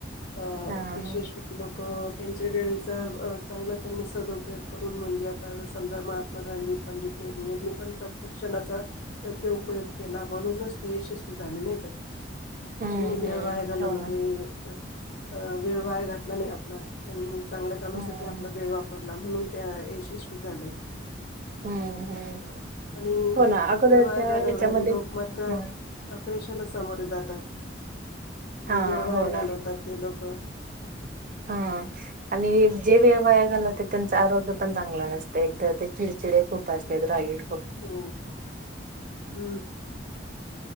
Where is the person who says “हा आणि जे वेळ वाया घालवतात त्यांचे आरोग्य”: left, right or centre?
Right